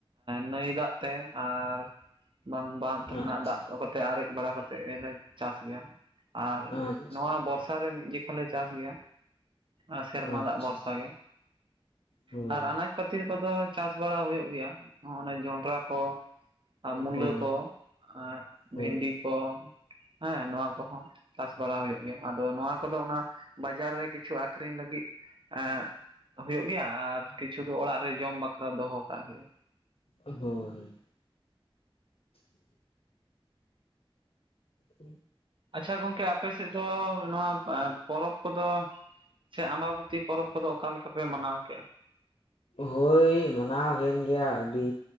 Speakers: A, on the right; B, on the left.
A: ᱱᱟᱹᱭ ᱫᱟᱜ ᱛᱮ ᱟᱨ ᱵᱟᱝ ᱵᱟᱸᱫᱷ ᱨᱮᱱᱟᱜ
B: ᱟᱪᱪᱷᱟ
A: ᱫᱟᱜ ᱠᱚ ᱠᱟᱛᱮ ᱟᱨᱮᱡ ᱵᱟᱲᱟ ᱠᱟᱛᱮᱫ ᱜᱮᱞᱮ ᱪᱟᱥ ᱜᱮᱭᱟ ᱟᱨ
B: ᱟᱪᱪᱷᱟ
A: ᱵᱚᱨᱥᱟᱨ ᱨᱮ ᱢᱤᱫ ᱡᱮᱠᱷᱟ ᱞᱮ ᱪᱟᱥ ᱜᱮᱭᱟ ᱟᱨ ᱥᱮᱨᱢᱟ
B: ᱟᱪᱪᱷᱟ
A: ᱫᱟᱜ ᱵᱷᱚᱨᱥᱟ ᱜᱮ
B: ᱦᱳᱭ
A: ᱟᱨ ᱟᱱᱟᱡᱽ ᱯᱟᱹᱛᱤ ᱠᱚᱫᱚ ᱪᱟᱥ ᱵᱟᱲᱟ ᱦᱩᱭᱩᱜ ᱜᱮᱭᱟᱜᱼ ᱦᱚᱸᱜ ᱚᱱᱮ ᱡᱚᱸᱰᱨᱟ ᱠᱚ ᱟᱨ ᱢᱩᱞᱟᱹ
B: ᱦᱳᱭ
A: ᱠᱚ ᱟᱨ
B: ᱦᱳᱭ
A: ᱵᱷᱮᱱᱰᱤ ᱠᱚ ᱦᱮᱸ ᱱᱚᱣᱟ ᱠᱚᱦᱚᱸ ᱪᱟᱥ ᱵᱟᱲᱟ ᱦᱩᱭᱩᱜᱼᱟ ᱛᱚ ᱱᱚᱣᱟ ᱠᱚᱫᱚ ᱚᱱᱟ ᱵᱟᱡᱟᱨ ᱨᱮ ᱠᱤᱪᱷᱩ ᱟᱹᱠᱷᱨᱤᱧ ᱞᱟᱹᱜᱤᱫ ᱮ ᱦᱩᱭᱩᱜ ᱜᱮᱭᱟ ᱟᱨ ᱠᱤᱪᱷᱩ ᱫᱚ ᱚᱲᱟᱜ ᱨᱮ ᱡᱚᱢ ᱵᱟᱠᱷᱨᱟ ᱫᱚᱦᱚ ᱠᱟᱜ ᱦᱩᱭᱩᱜᱼᱟ
B: ᱦᱳᱭ ᱦᱳᱭ ' <inaudible>
A: ᱟᱪᱪᱷᱟ ᱜᱚᱝᱠᱮ ᱟᱯᱮ ᱥᱮᱫ ᱫᱚ ᱱᱚᱣᱟ ᱯᱚᱨᱚᱵᱽ ᱠᱚᱫᱚ ᱥᱮ ᱟᱢᱵᱟᱵᱚᱛᱤ ᱯᱚᱨᱚᱵᱽ ᱠᱚᱫᱚ ᱚᱠᱟ ᱞᱮᱠᱟ ᱯᱮ ᱢᱟᱱᱟᱣ ᱠᱮᱜᱼᱟ
B: ᱦᱳᱭ ᱢᱟᱱᱟᱣ ᱦᱩᱭᱮᱱ ᱜᱮᱭᱟ ᱟᱹᱰᱤ